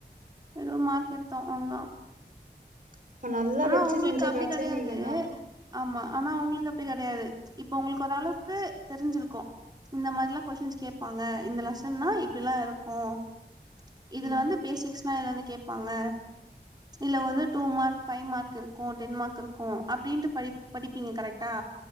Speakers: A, on the right; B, on the right.
A: எதோ மார்க் எத்தோம் அவ்ளோ தான்
B: இப்ப நல்லா
A: ஆனா
B: வச்சு
A: உங்களுக்கு
B: செஞ்ச
A: அப்டி
B: பேட்ச்சே
A: கெடையாது
B: நீங்க தா
A: ஆமா ஆனா அவங்களுக்கு அப்டி கெடையாது இப்ப உங்களுக்கு ஓரளவுக்கு தெரிஞ்சிருக்கும் இந்த மாரிலா கொஸின்ஸ் கேப்பாங்க இந்த லெசன்ன்னா இப்டிலாம் இருக்கும் இதுல
B: ம்
A: வந்து பேசிக்ஸ்ல்லா என்னனு கேப்பாங்க இதுல வந்து டூ மார்க் ஃபைவ் மார்க் இருக்கும் டென் மார்க் இருக்கு அப்டின்ட்டு படி படிப்பீங்க கரெக்டா